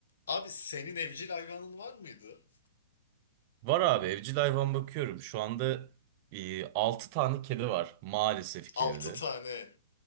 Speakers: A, on the left; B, on the right.
A: Abi senin evcil hayvanın var mıydı?
B: Var abi evcil hayvan bakıyorum. Şu anda e, 6 tane kedi var maalesef ki
A: Altı
B: evde.
A: tane.